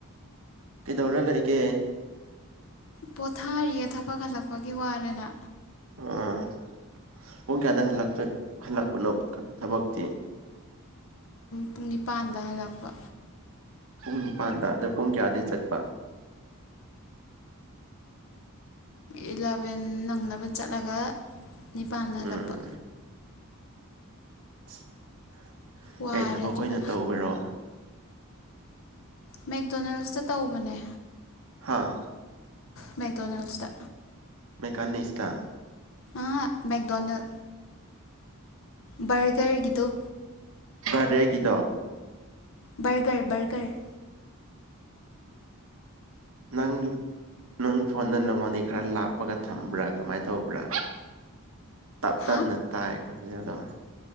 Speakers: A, on the right; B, on the left.
A: ꯀ ꯩꯗꯧꯔ ꯂꯩꯒꯦ
B: ꯄꯣꯊꯥꯔꯤꯌꯦ ꯊꯕꯛ ꯍꯜꯂꯛꯄꯒꯤ ꯋꯥꯔꯦꯅ
A: ꯑꯣ ꯄꯨꯡ ꯀꯌꯥꯗ ꯍꯂꯇꯣꯏ ꯍꯜꯂꯛꯄꯅꯣ ꯊꯕꯛꯇꯤ
B: ꯄꯨꯡ ꯅꯤꯄꯥꯟꯗ ꯍꯜꯂꯛꯄ
A: ꯄꯨꯡ ꯅꯤꯄꯥꯟꯗ ꯑꯗꯣ ꯄꯨꯡ ꯀꯌꯥꯗ ꯩ ꯆꯠꯄ
B: ꯏꯂꯚꯦꯟ ꯅꯪꯅꯕ ꯆꯠꯂꯒ ꯅꯤꯄꯥꯟꯗ ꯍꯟꯂꯛꯄ
A: ꯎꯝ <unintelligible>
B: ꯋꯥꯔꯦ
A: ꯀꯩ ꯊꯕꯛ
B: ꯑꯗꯨꯅ
A: ꯑꯣꯏꯅ ꯇꯧꯕꯔꯣ
B: ꯃꯦꯛꯗꯣꯅꯦꯜꯁꯇ ꯇꯧꯕꯅꯦ
A: ꯍꯥꯥ
B: ꯃꯦꯛꯗꯣꯅꯦꯜꯁꯇ
A: ꯃꯦꯀꯅꯤꯁꯇ
B: ꯑ ꯃꯦꯛꯗꯣꯅꯦꯜ ꯕꯔꯒꯔꯒꯤꯗꯨ
A: ꯚꯔꯗꯦꯒꯤꯗꯣ
B: ꯕꯔꯒꯔ ꯕꯔꯒꯔ
A: ꯅꯪꯒꯤ ꯅꯪ ꯐꯣꯟꯗ ꯅꯪꯉꯣꯟꯗꯩ ꯈꯔ ꯂꯥꯞꯄꯒ ꯊꯝꯕ꯭ꯔꯥ ꯀꯃꯥꯏꯅ ꯇꯧꯕ꯭ꯔꯥ ꯇꯞ
B: ꯍꯥ
A: ꯇꯅ ꯇꯥꯏ ꯈꯣꯟꯖꯦꯜꯗꯣ